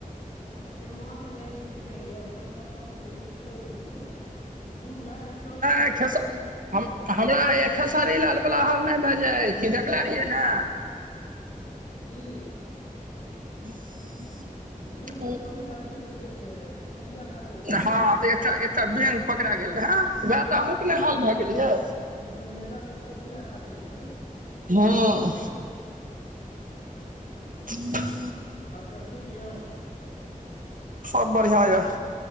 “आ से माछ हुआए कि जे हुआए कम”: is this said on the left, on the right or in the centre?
Left